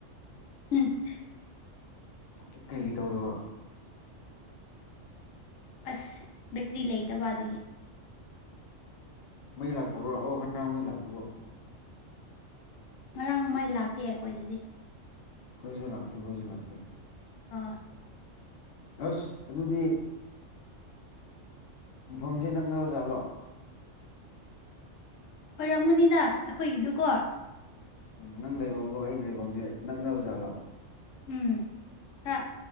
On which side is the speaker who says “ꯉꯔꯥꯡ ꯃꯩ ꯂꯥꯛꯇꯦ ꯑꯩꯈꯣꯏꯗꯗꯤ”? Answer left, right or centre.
Left